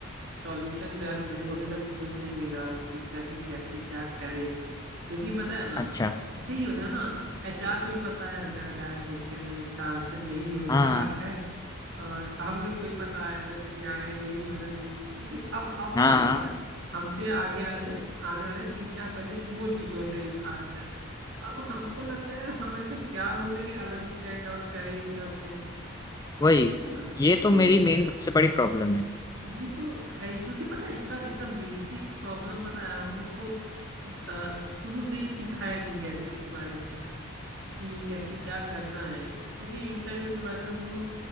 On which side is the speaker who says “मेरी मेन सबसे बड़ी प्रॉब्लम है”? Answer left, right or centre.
Left